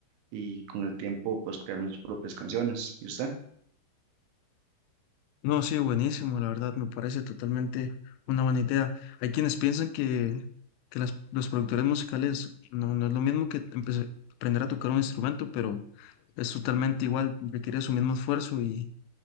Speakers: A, on the right; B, on the left.
A: y con el tiempo, pues, crear mis propias canciones. ¿Y usted?
B: No, sí, buenísimo, la verdad me parece totalmente una buena idea. Hay quienes piensan que, que las- los productores musicales no, no es lo mismo que empece- aprender a tocar un instrumento, pero es totalmente igual, requiere su mismo esfuerzo y